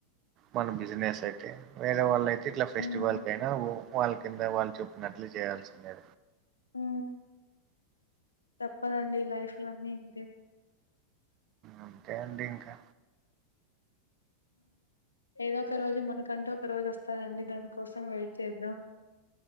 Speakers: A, on the right; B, on the left.
A: మన బిజినెస్ అయితే వేరే వాళ్ళ అయితే ఇట్లా ఫెస్టివల్
B: మ్మ్
A: కైనా వాళ్ళ కింద వాళ్ళు చెప్పినట్లు చేయాల్సిందే
B: ఆ తప్పదండి లైఫ్ లో అన్ని ఇంతే
A: అంతే అండి ఇంకా
B: ఏదో ఒక రోజు మనకంటూ ఒక రోజు వస్తందండి దానికోసం వెయిట్ చేద్దాం